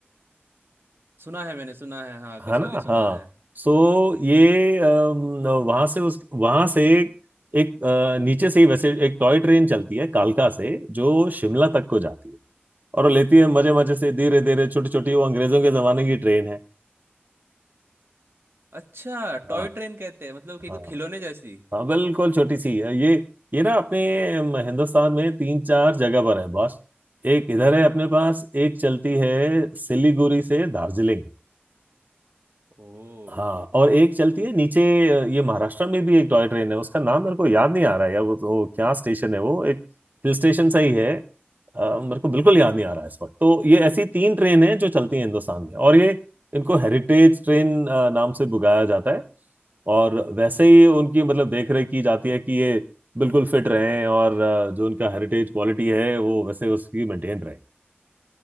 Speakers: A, on the right; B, on the right.
A: सुना है मैंने सुना है हाँ
B: है
A: कसौली
B: ना हाँ
A: सुना है
B: सो ये वहां से उस वहां से एक अ, नीचे से ही वैसे एक टॉय ट्रेन चलती है कालका से जो शिमला तक को जाती है और वो लेती है मजे मजे से धीरे धीरे छोटी छोटी वो अंग्रेजों के जमाने की ट्रेन है
A: अच्छा
B: हाँ
A: टॉय ट्रेन कहते हैं मतलब कि एक
B: हाँ
A: खिलौने जैसी
B: हाँ बिल्कुल छोटी सी है ये ये ना अपने अम, हिंदुस्तान में तीन चार जगह पर है बॉस एक इधर है अपने पास एक चलती है सिलीगुड़ी से दार्जिलिंग
A: ओह
B: हाँ और एक चलती है नीचे अ, ये महाराष्ट्र में भी एक टॉय ट्रेन है उसका नाम मेरे को याद नहीं आ रहा है यार वो वो क्या स्टेशन है वो एक हिल स्टेशन सा ही है अ, मेरे को बिल्कुल याद नहीं आ रहा है इस वक्त तो ये ऐसी तीन ट्रेन है जो चलती हैं हिंदुस्तान में और ये इनको हेरिटेज ट्रेन अ, नाम से बुलाया जाता है और वैसे ही उनकी मतलब देख रेख की जाती है कि ये बिल्कुल फिट रहें और अ, जो उनका हेरिटेज क्वालिटी है वो वैसे उसकी मेंटेन रहे।